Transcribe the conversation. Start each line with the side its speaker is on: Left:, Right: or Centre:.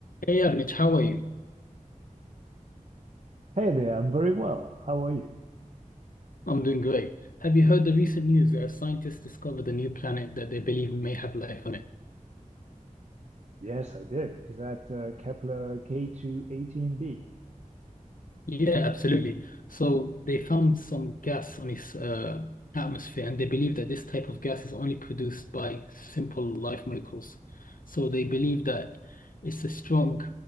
Left: Hey Avnich, how are you?
Right: Hey there, I'm very well. How are you?
Left: I'm doing great. Have you heard the recent news where scientists discovered a new planet that they believe may have life on it?
Right: Yes, I did. Is that uh, Kepler K218b?
Left: Yeah, absolutely. So they found some gas on its uh, atmosphere, and they believe that this type of gas is only produced by simple life molecules. So they believe that it's a strong,